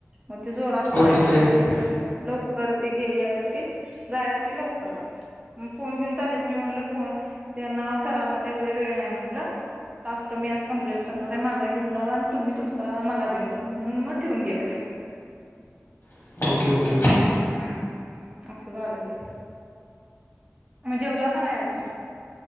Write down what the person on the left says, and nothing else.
ओके ओके
हम्म
हम्म ओके ओके ओके.